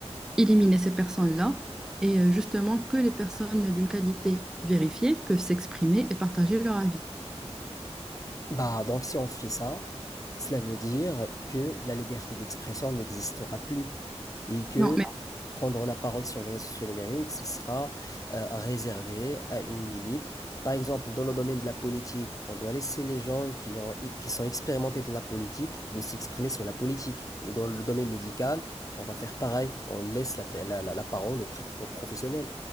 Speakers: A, in the centre; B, on the left.
A: éliminer ces personnes-là et euh, justement que les personnes d'une qualité vérifiée peuvent s'exprimer et partager leur avis.
B: Bah, donc si on fait ça, cela veut dire que la liberté d'expression n'existera plus et que
A: Non, mais
B: Prendre la parole sur les réseaux sociaux numériques, ce sera euh, réservé à une élite. Par exemple, dans le domaine de la politique, on doit laisser les gens qui ont, qui sont expérimentés dans la politique de s'exprimer sur la politique. Et dans le domaine médical, on va faire pareil. On laisse la, pa- la- la- la parole aux, pr- aux professionnels.